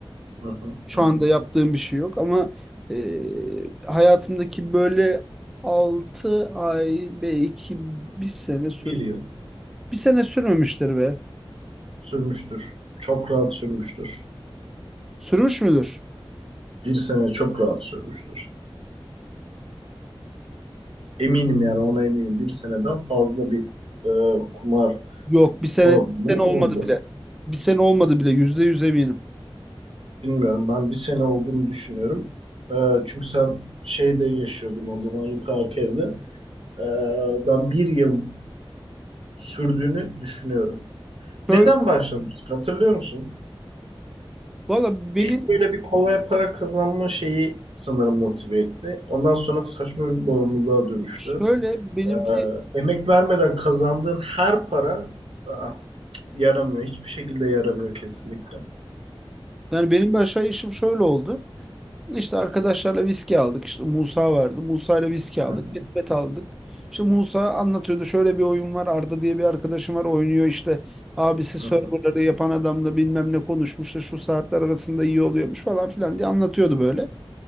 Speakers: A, on the right; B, in the centre.
A: hı hı,
B: Şu
A: hı
B: anda
A: hı.
B: yaptığım bir şey yok ama e, hayatımdaki böyle 6 ay belki bir sene sürüp
A: Bir yıl
B: bir sene sürmemiştir be.
A: sürmüştür. Çok rahat sürmüştür.
B: Sürmüş müdür?
A: Bir sene çok rahat sürmüştür. Eminim yani ona eminim. Bir seneden fazla bir e, kumar
B: Yok bir sene,
A: bağımlılığı
B: bir sene olmadı
A: oldu.
B: bile. Bir sene olmadı bile yüzde yüz eminim.
A: Bilmiyorum ben bir sene olduğunu düşünüyorum. E, çünkü sen şeyde yaşıyordun o zaman yukarıki evde. E, ben bir yıl sürdüğünü düşünüyorum. Neden
B: Şöyle,
A: başlamıştık hatırlıyor musun?
B: valla benim
A: İlk böyle bir kolay para kazanma şeyi sanırım motive etti. Ondan sonra saçma bir bağımlılığa dönüştü.
B: şöyle benimki
A: Ee, emek vermeden kazandığın her para aa, yaramıyor. Hiçbir şekilde yaramıyor kesinlikle.
B: yani benim bir aşağı işim şöyle oldu. İşte arkadaşlarla viski aldık. İşte Musa vardı. Musa ile viski
A: Hı
B: aldık.
A: hı,
B: Ketbet aldık. İşte Musa anlatıyordu. Şöyle bir oyun var. Arda diye bir arkadaşım var oynuyor işte. Abisi serverları
A: hı hı,
B: yapan adamla bilmem ne konuşmuş da şu saatler arasında iyi oluyormuş falan filan diye anlatıyordu böyle.